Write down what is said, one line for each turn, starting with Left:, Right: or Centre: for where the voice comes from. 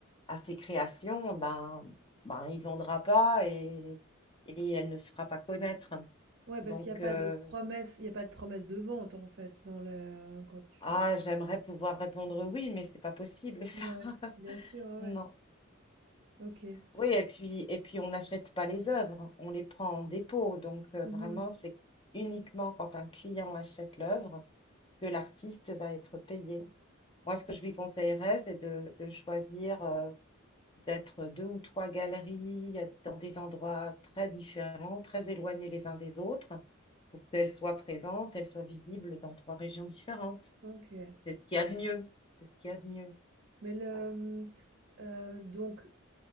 Left: à ses créations, ben, ben, il ne vendra pas et, et elle ne se fera pas connaître.
Right: Ouais, parce
Left: Donc,
Right: qu'il y a pas
Left: euh,
Right: de promesse il y a pas de promesse de vente, en fait, dans le quand tu
Left: ah, j'aimerais pouvoir répondre oui, mais c'est pas possible ça.
Right: ouais,
Left: <laughs>
Right: bien sûr, ouais, ouais.
Left: Non.
Right: OK.
Left: Oui, et puis, et puis on n'achète pas les œuvres, on les prend en dépôt. Donc, euh,
Right: Mmh
Left: vraiment, c'est uniquement quand un client achète l'œuvre que l'artiste va être payé. Moi, ce que je lui conseillerais, c'est de, de choisir euh, peut-être deux ou trois galeries à- dans des endroits très différents, très éloignés les uns des autres, pour qu'elles soient présentes, elles soient visibles dans trois régions différentes.
Right: OK.
Left: C'est ce qu'il y a de mieux. C'est ce qu'il y a de mieux.
Right: Mais le,
Left: Euh,
Right: mmh, donc